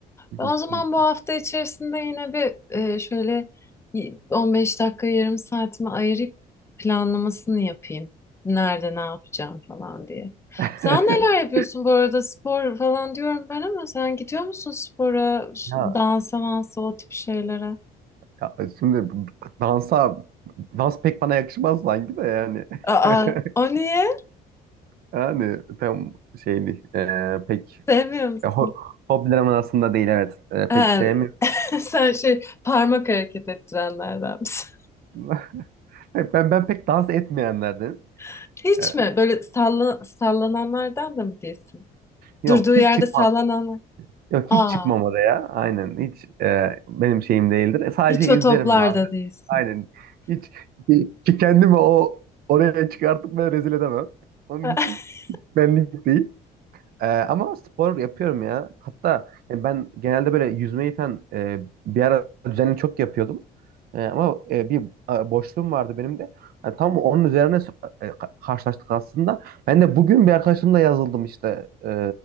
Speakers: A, on the left; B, on the right.
A: Ben
B: Kesinlikle.
A: o zaman bu hafta içerisinde yine bir e, şöyle y- 15 dakika yarım saatimi ayırıp planlamasını yapayım. Nerede ne yapacağım falan diye.
B: <laughs>
A: Sen neler yapıyorsun bu arada spor falan diyorum ben ama sen gidiyor musun spora, ş-
B: Ya
A: dansa mansa o tip şeylere?
B: Ya şimdi dansa dans pek bana yakışmaz sanki de yani.
A: Aa,
B: <laughs>
A: o niye?
B: Yani tam şey değil. Ee, pek
A: Sevmiyor musun?
B: e, ho hobilerim arasında değil evet. Ee,
A: Ha,
B: pek sevmiyorum.
A: <laughs> sen şey parmak hareket ettirenlerden misin?
B: <laughs> Ben ben pek dans etmeyenlerdenim.
A: <laughs> Hiç
B: Ee,
A: mi? Böyle salla, sallananlardan da mı değilsin?
B: yok
A: Durduğu
B: hiç
A: yerde
B: çıkmam.
A: sallananlar.
B: Yok
A: Aa,
B: hiç çıkmam oraya. Aynen hiç e, benim şeyim değildir. E, sadece
A: hiç o
B: izlerim
A: toplarda
B: bazen.
A: değilsin.
B: Aynen. Hiç ki kendimi o oraya çıkartıp ben rezil edemem. Onun
A: <laughs>
B: için benlik değil. Ee, ama spor yapıyorum ya. Hatta yani ben genelde böyle yüzmeyi falan e, bir ara düzenli çok yapıyordum. E, ama e, bir e, boşluğum vardı benim de. Yani tam onun üzerine so- e, ka- karşılaştık aslında. Ben de bugün bir arkadaşımla yazıldım işte. E,